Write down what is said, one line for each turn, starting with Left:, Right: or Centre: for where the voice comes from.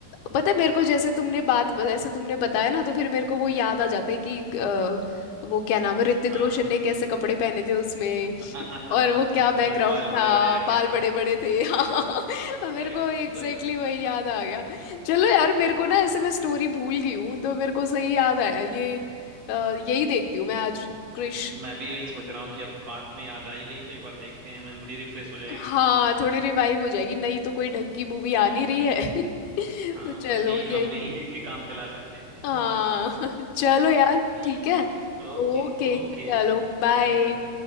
Left: पता है मेरे को जैसे तुमने बात जैसे तुमने बताया ना तो फिर मेरे को वो याद आ जाता है कि अ, वो क्या नाम है ऋतिक
Right: हाँ
Left: रोशन
Right: हाँ
Left: ने कैसे कपड़े पहने थे उसमें
Right: <laughs>
Left: और वो क्या बैकग्राउंड
Right: हाँ बाल
Left: था
Right: बड़े बड़े रखे
Left: बाल
Right: थे
Left: बड़े बड़े थे
Right: हाँ
Left: <laughs> हाँ
Right: राइट
Left: मेरे को एग्जैक्टली
Right: राइट
Left: exactly वही याद आ गया चलो यार मेरे
Right: हाँ
Left: को ना ऐसे मैं स्टोरी भूल गई हूँ तो मेरे को सही याद आया ये अ, यही देखती हूँ मैं आज क्रिश
Right: मैं भी वही सोच रहा हूँ कि अब बात में याद आई गई तो एक बार देखते हैं मेमोरी रिफ्रेश हो जाएगी
Left: हाँ थोड़ी रिवाइव हो जाएगी नहीं तो कोई ढंग की मूवी
Right: बिल्कुल
Left: आ नहीं रही है
Right: हाँ
Left: <laughs> तो चलो
Right: यही
Left: यही
Right: काम यही देख के काम चला सकते हैं
Left: हाँ
Right: <laughs>
Left: <laughs> चलो
Right: चल
Left: यार
Right: ठीक
Left: ठीक
Right: है
Left: है
Right: okay
Left: ओके
Right: Okay
Left: चलो बाय
Right: Bye bye Bye.